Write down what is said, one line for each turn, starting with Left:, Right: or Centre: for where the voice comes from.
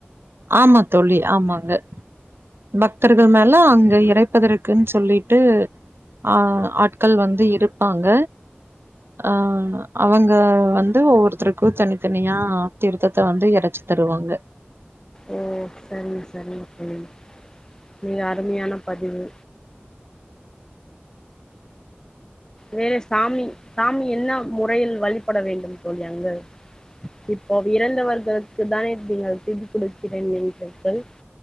Right: ஆமா தோழி ஆமாங்க பக்தர்கள் மேல அங்க இறைப் ப்பதருக்குன்னு சொல்லிட்டு ஆ ஆட்கள் வந்து இருப்பாங்க அ அவங்க வந்து ஒவ்வொருத்தருக்கு தனித்தனியா தீர்த்தத்த வந்து எறச்சி தருவாங்க
Left: ம் சரிங்க சரிங்க தோழி மிக அருமையான பதிவு வேறே சாமி சாமி என்ன முறையில் வழிபட வேண்டு தோழி அங்க இப்போ இறந்தவர்களுக்கு தானே நீங்க திதி குடுக்கிறே என்கிறிர்கள்